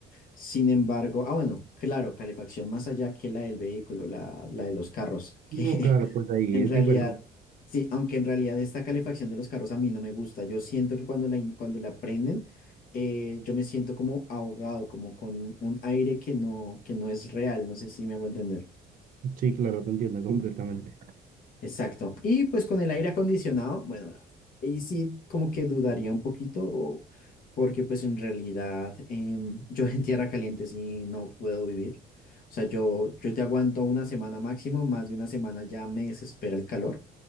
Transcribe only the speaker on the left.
Sin embargo, ah, bueno, claro, calefacción más allá que la del vehículo, la, la de los carros, <laughs> que
en
realidad,
sí, aunque en realidad esta calefacción de los carros a mí no me gusta. Yo siento que cuando la, in- cuando la prenden, eh, yo me siento como ahogado, como con un aire que no, que no es real. No sé si me hago entender.
Exacto. Y pues con el aire acondicionado, bueno, ahí sí como que dudaría un poquito, o- porque pues en realidad em, yo en tierra caliente sí no puedo vivir. O sea, yo, yo te aguanto una semana máximo, más de una semana ya me desespera el calor,